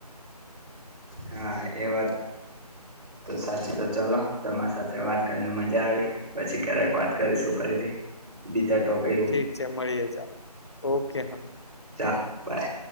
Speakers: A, on the right (about 70°); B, on the left (about 40°).
A: હા એ વાત તો સાચી તો ચલો તમારી સાથે વાત કરીને મજા આવી પછી ક્યારેક વાત કરીશું ફરીથી બીજા ટોપે
B: ઠીક છે મળીએે ચાલો ઓકે હા
A: ચાલો બાય